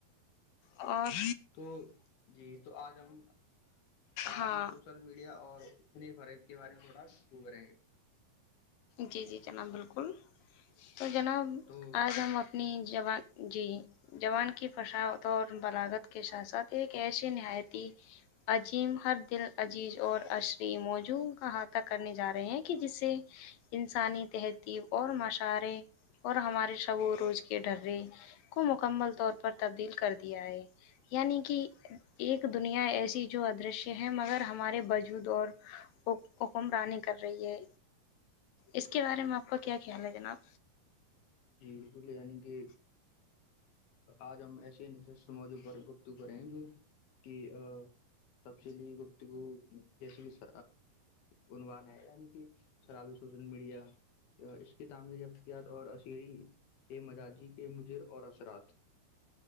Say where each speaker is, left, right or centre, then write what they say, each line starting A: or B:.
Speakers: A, on the left (about 75°); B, on the left (about 90°).
A: اور
B: تو جی تو آج ہم ترا
A: ہاں
B: بھیی سوشل میڈیا اور اتنے فرق کے بارے میں تھوڑا شرو کریں گے
A: جی جی جناب بالکل تو جناب
B: تو
A: آج ہم اپ اپنی جوبع جی جوان کی فشاوت اور بلاگت کے ساتھ ساتھ ایک ایسی نہایتی عجیم ہر دل عزیز اور عشری موجوںع کا احاطہ کرنے جا رہے ہیں کہ جسے انسانی تہذیب اور مشاعرے اور ہمارے شب و روج کے ڈرے کو مکمل طور پر تبدیل کر دیا ہے یعنی کہ ایک دنیا ایسی جو ادرشیہ ہے مگر ہمارے بجود اور حکمرانی کر رہی ہے اس کے بارے میں آپ کا کیا خیال ہے جناب
B: جک لے کہ آج ہم ایسی ن موضوع پر گفتو کریں گے کہ ا تپ چلی گپت جیس بھی س گنوان ہے یعنی کہ شرابی سوشل میڈیا اس کی تعمیر افتیات اور اسری کے مزاجی کے مجر اور اثرات